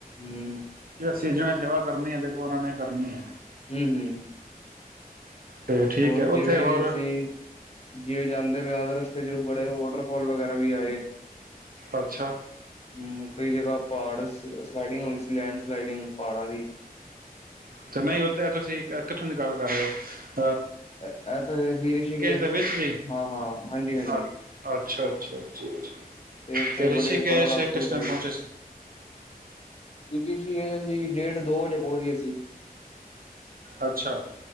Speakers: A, on the left; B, on the right.
A: ਹੂੰ
B: ਜੇ ਸੀਜ਼ਨ ਏ ਸੇਵਾ ਕਰਨੀ ਆ ਤੇ ਉਹਨਾਂ ਨੇ ਕਰਨੀ ਹੈ
A: ਹਮ ਹਮ
B: ਤੇ ਠੀਕ
A: ਹੋਰ
B: ਹੈ
A: ਜਿਵੇਂ
B: ਉੱਥੇ ਹੋਰ
A: ਅਸੀਂ ਜਿਵੇ ਜਾਂਦੇ ਵਿਆਹ ਦੇ ਰਸਤੇ ਚ ਬੜੇ ਵਾਟਰਫੋਲ ਵਗੈਰਾ ਕਵੀ ਆਏ।
B: ਅੱਛਾ।
A: ਹੂੰ, ਕਈ ਜਗਾ ਪ੍ਹਾੜ ਸ ਸਲਾਈਡਿੰਗ ਹੋ ਊੰ ਲੈਂਡ ਸਲਾਈਡਿੰਗ ਪ੍ਹਾੜਾ ਦੀ।
B: ਤੇ ਨਈ, ਓਥੇ ਤੁਸੀ ਐ ਕਿੱਥੋਂ ਦੀ ਗੱਲ ਕਰ ਰੇ ਓ?
A: ਐ, ਐ ਤਾਂ ਐਸੀ ਰਿਸ਼ੀਕੇਸ਼।
B: ਦੇ ਵਿੱਚ ਜੀ
A: ਹਾਂ, ਹਾਂ, ਹਾਂਜੀ, ਹਾਂਜੀ
B: ਅੱਛਾ ਅੱਛਾ, ਅੱਛਾ, ਅੱਛਾ
A: ਤੇ ਓਥੇ
B: ਰਿਸ਼ੀਕੇਸ਼
A: ਬੜੇ-ਬੜਾ ਰਸ਼
B: ਕਿਸ
A: ਵੀ।
B: ਟਾਈਮ ਪਹੁੰਚੇ ਸੀ
A: <unintelligible> ਡੇਢ ਦੋ ਵਜੇ ਪੋਂਚ ਗੇ ਸੀ।
B: ਅੱਛਾ